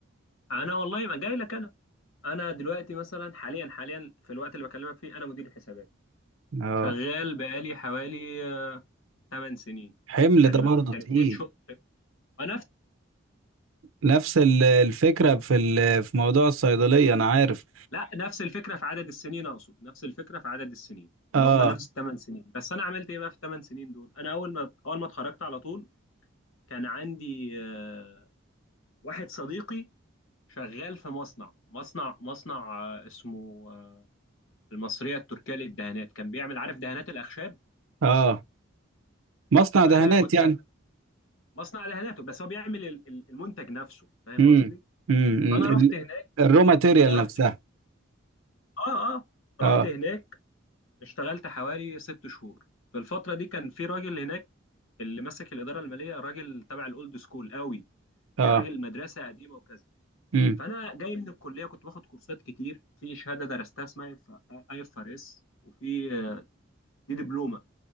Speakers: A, on the left; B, on the right.
A: انا والله ما جاي لك انا انا دلوقتي مثلا حاليا حاليا في الوقت اللي بكلمك فيه انا مدير حسابات
B: اه
A: شغال بقالي حوالي 8 سنين
B: حمل
A: يعني
B: ده برضه
A: ابتديت
B: تقيل
A: شغل نفس
B: نفس ال- الفكرة في ال- في موضوع الصيدلية انا عارف
A: لا نفس الفكره في عدد السنين اقصد نفس الفكره في عدد السنين
B: اه
A: ان هم نفس الثمان سنين بس انا عملت ايه بقى في الثمان سنين دول انا اول ما اول ما اتخرجت على طول كان عندي آه، واحد صديقي شغال في مصنع مصنع مصنع آه، اسمه آه، المصرية التركية للدهانات كان بيعمل عارف دهانات الأخشاب
B: اه مصنع دهانات
A: فأنا كنت
B: يعني
A: شغ... مصنع دهاناته بس هو بيعمل ال- ال- المنتج نفسه فاهم
B: امم
A: قصدي
B: امم
A: فأنا
B: ال-
A: رحت هناك
B: الرو ماتيريال
A: أنا رحت
B: نفسها
A: آه آه
B: اه
A: رحت هناك اشتغلت حوالي ست شهور في الفترة دي كان في راجل هناك اللي ماسك الإدارة المالية راجل تبع الأولد سكول قوي
B: اه
A: يعني راجل مدرسة قديمة وكذا
B: امم
A: فأنا جاي من الكلية كنت باخد كورسات كتير في شهادة درستها اسمها اي اف ار اس وفي آه، دي دبلومة